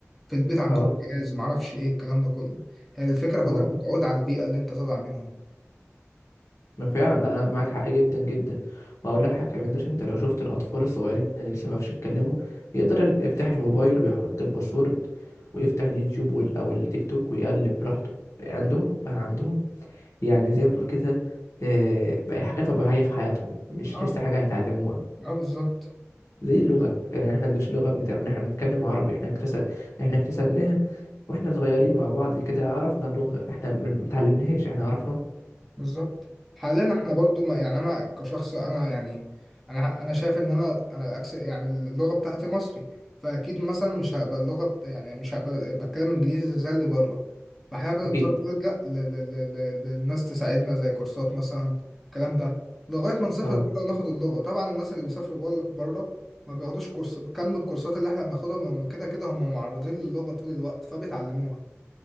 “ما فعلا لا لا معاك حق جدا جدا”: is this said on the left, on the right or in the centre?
Left